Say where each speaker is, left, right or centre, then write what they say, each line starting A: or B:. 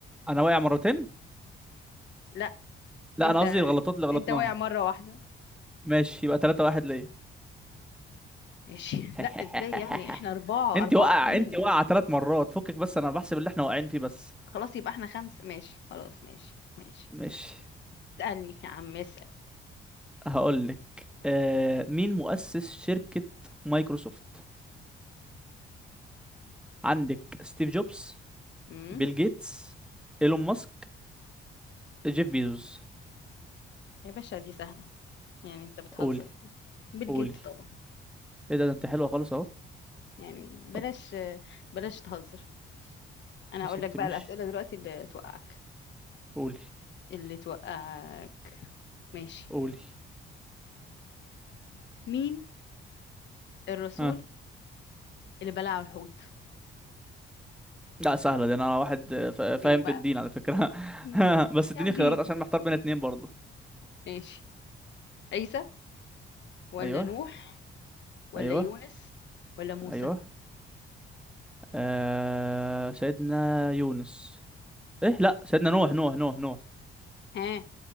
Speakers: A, in the centre; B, on the left.
A: انا واقع مرتين
B: لا
A: لا
B: انت
A: انا قصدي الغلطات اللي غلطناها
B: انت واقع مره واحده
A: ماشي يبقى 3 واحد ليا
B: ماشي <laughs>
A: <laughs>
B: لا ازاي يعني احنا اربعه
A: انت
B: اربعه
A: واقع
B: اتنين
A: انت واقع ثلاث مرات فكك بس انا بحسب اللي احنا واقعين فيه بس
B: خلاص يبقى احنا خمسه ماشي خلاص ماشي ماشي
A: مش
B: اسالني يا عم اسال
A: هقول لك آه، مين مؤسس شركة مايكروسوفت عندك ستيف جوبز
B: امم
A: بيل جيتس ايلون ماسك جيف بيزوس
B: يا باشا دي سهله يعني انت بتهزر
A: قولي
B: بيل
A: قولي
B: جيتس طبعا
A: ايه ده ده انت حلوة خالص اهو
B: يعني بلاش
A: طب
B: بلاش تهزر انا
A: يا
B: هقول
A: ستي
B: لك بقى
A: ماشي
B: الاسئله دلوقتي اللي توقعك
A: قولي
B: اللي توقعك ماشي
A: قولي
B: مين الرسول
A: ها
B: اللي بلعه الحوت
A: لا سهلة دي انا واحد آه، فا- فاهم
B: يو بقى
A: في الدين على فكرة
B: مم.
A: <laughs> بس اديني
B: يا عابدين
A: خيارات عشان محتار بين اتنين برضه
B: ماشي عيسى ولا
A: ايوه
B: نوح ولا
A: ايوه
B: يونس ولا موسى
A: ايوه آه سيدنا يونس ايه لا سيدنا نوح نوح نوح نوح
B: ها